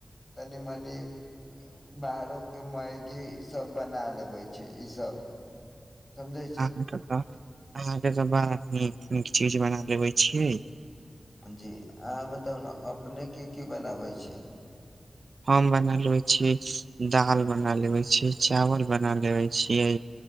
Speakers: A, on the left; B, on the right.
A: तनी -मनी- <unintelligible> बाहरो के मैगी सब बना लेबै छय इ सब। समझे छी
B: <unintelligible> - आहाँके तऽ बाड़ नीक -नीक चीज बना लेबै छियै।
A: जी, अहाँ बतौउ ने अपने के की -की बनाबै छी?
B: हम बना लेवे छियै दाल बना लेवे छियै चावल बना लेवे छियै।